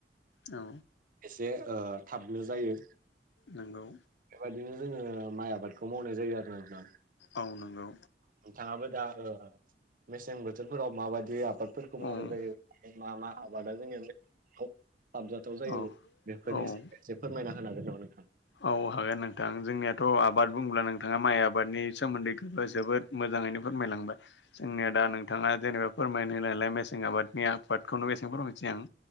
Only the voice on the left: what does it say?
औ
नंगौ
औ नंगौ
औ
औ
औ औ
औ हागोन नोंथां जोंनियाथ' आबाद बुङोब्ला नोंथाङा माइ आबादनि सोमोन्दै जोबोद मोजाङैनो फोरमायलांबाय जोंनिया दा नोंथाङा जेनेबा फोरमायनो होनाय नालाय मेसें आबादनि आबादखौनो एसे फोरमायनि आं